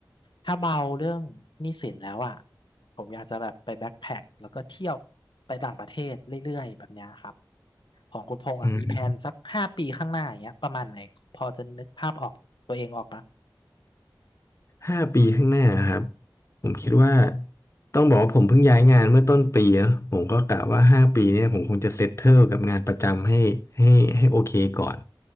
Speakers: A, on the left (about 80°); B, on the left (about 40°).
A: ถ้าเบาเรื่องหนี้สินแล้วอ่ะผมอยากจะแบบไปแบ็คแพ็คแล้วก็เที่ยวไปต่างประเทศเรื่อยๆแบบเนี้ยครับของคุณพงษ์อ่ะมีแผนสักห้าปีข้างหน้าอย่างเงี้ยประมาณไหนพอจะนึกภาพออกตัวเองออกปะ
B: อืมห้าปีข้างหน้าครับผมคิดว่า
A: อืม
B: ต้องบอกว่าผมเพิ่งย้ายงานเมื่อต้นปีเนอะผมก็กะว่าห้าปีเนี่ยผมคงจะเซตเทิลกับงานประจำให้ให้ให้โอเคก่อน